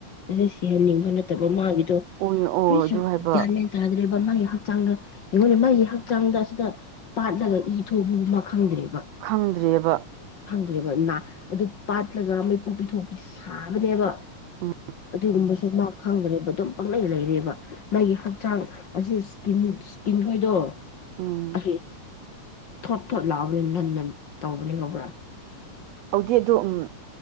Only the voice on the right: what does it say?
ꯑꯣꯏ ꯑꯣ
ꯑꯗꯨ ꯍꯥꯏꯕ
ꯈꯪꯗ꯭ꯔꯦꯕ
ꯎꯝ
ꯎꯝ
ꯍꯧꯗꯦ ꯑꯗꯣ ꯎꯝ